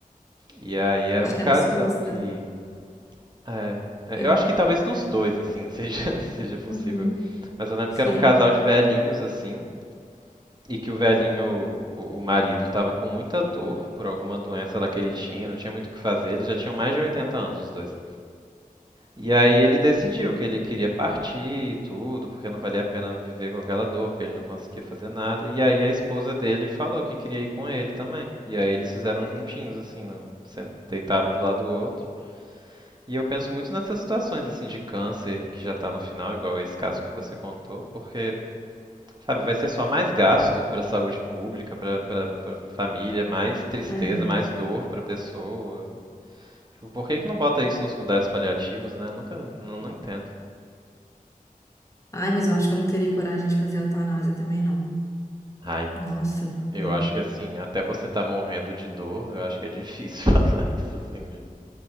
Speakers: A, on the right; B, on the left.
A: E aí era
B: Acho
A: um
B: que
A: casal
B: é na Suíça.
A: que. É. é,
B: É.
A: Eu acho que talvez nos dois, assim, <laughs> seja, seja possível.
B: Uhum.
A: Mas eu lembro
B: Sim.
A: que era um casal de velhinhos, assim, e que o velhinho, o, o marido, tava com muita dor por alguma doença lá que ele tinha, não tinha muito o que fazer, eles já tinham mais de 80 anos, os dois. E aí ele decidiu que ele queria partir e tudo, porque não valia a pena viver com aquela dor, que ele não conseguia fazer nada. E aí a esposa dele falou que queria ir com ele também. E aí eles fizeram juntinhos, assim, não- sen- deitaram um do lado do outro. E eu penso muito nessas situações assim de câncer que já está no final, igual esse caso que você contou, porque, sabe, vai ser só mais gasto para a saúde pública, para a família, mais tristeza,
B: É.
A: mais dor para a pessoa. Tipo, por que que não bota isso nos cuidados paliativos, né? Nunca, não, não entendo.
B: Ai, mas eu acho que eu não teria coragem de fazer a eutanásia também, não.
A: Ai,
B: Nossa, não
A: eu
B: sei.
A: acho que assim, até você tá morrendo de dor, eu acho que é difícil <laughs> falar isso assim. De...